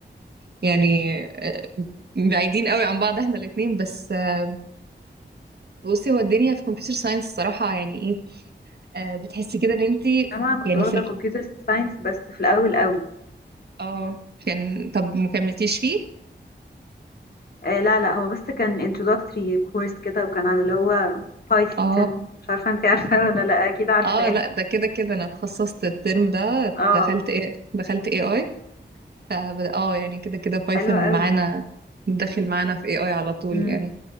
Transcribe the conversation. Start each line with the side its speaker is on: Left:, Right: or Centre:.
Right: يعني آه، بعيدين قوي عن بعض احنا الاتنين بس آه، بصي هو الدنيا في كمبيوتر ساينس الصراحة يعني ايه آه، بتحسي كده ان انت
Left: انا كنت
Right: يعني
Left: واخدة
Right: في ال...
Left: كمبيوتر ساينس بس في الاول قوي
Right: اه كان طب ما كملتيش فيه
Left: آه لا لا هو بس كان introductory course كده وكان على اللي هو بايثون
Right: اه
Left: مش عارفة انت عارفة ولا لا اكيد عارفاه
Right: اه لا ده كده كده انا اتخصصت الترم ده
Left: اه
Right: دخلت ايه دخلت اي اي ف اه يعني كده كده بايثون
Left: حلو قوي
Right: معانا داخل معانا في اي اي على طول
Left: امم
Right: يعني